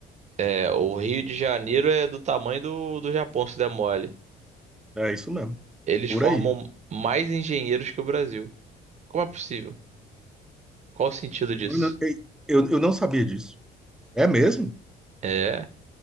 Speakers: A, on the right; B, in the centre.
A: é, o Rio de Janeiro é do tamanho do, do Japão, se der mole.
B: É isso mesmo.
A: Eles
B: Por
A: formam
B: aí.
A: mais engenheiros que o Brasil. Como é possível? Qual o sentido disso?
B: Eu, não- eu eu não sabia disso. É mesmo?
A: É,